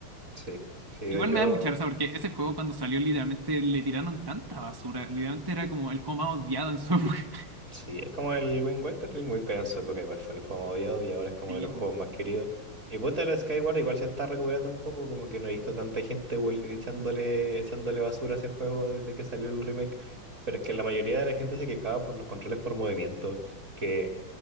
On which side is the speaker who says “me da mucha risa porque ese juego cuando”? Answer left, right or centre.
Right